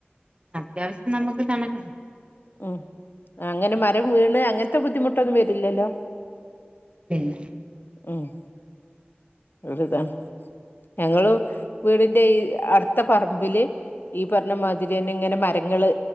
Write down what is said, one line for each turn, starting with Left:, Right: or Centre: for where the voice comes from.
Right: അത്യാവശ്യം നമുക്ക് തണലുണ്ട്
Left: ഉം അങ്ങനെ മരം വീണ് അങ്ങനത്തെ ബുദ്ധിമുട്ടൊന്നും വരില്ലല്ലോ
Right: പിന്നെ.
Left: ഉമ് വലുതാണ് ഞങ്ങള് വീടിന്റെ ഈ അടുത്ത പറമ്പില്. ഈ പറഞ്ഞ മാതിരി തന്നെ ഇങ്ങനെ മരങ്ങള്